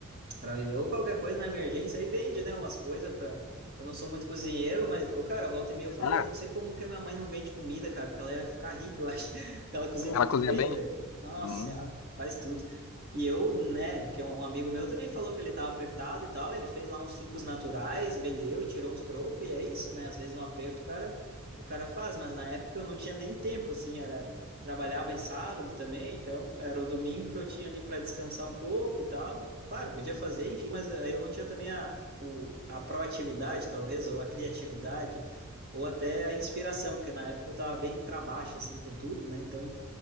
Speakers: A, on the right; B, on the left.
A: para viver ou qualquer coisa na emergência aí vende, né, umas coisas para Eu não sou muito cozinheiro, mas o cara volta e meia eu falo,
B: Ah,
A: eu não sei como que a minha mãe não vende comida, cara, porque ela ia ficar rica, eu acho. <laughs> Ela cozinha muito
B: ela cozinha
A: bem,
B: bem?
A: velho. Nossa,
B: Hum.
A: senhora, faz tudo. E eu, né, que é um um amigo meu também falou que ele tava apertado e tal, ele fez lá uns sucos naturais, vendeu, tirou uns trocos e é isso, né? Às vezes no aperto, o cara, o cara faz, mas na época eu não tinha nem tempo, assim, era trabalhava em sábado também, então era o domingo que eu tinha ali para descansar um pouco e tal. Claro, podia fazer, enfim, mas aí eu não tinha também a, o, a proatividade, talvez, ou a criatividade, ou até a inspiração, porque na época eu estava bem para baixo, assim, com tudo, né? Então,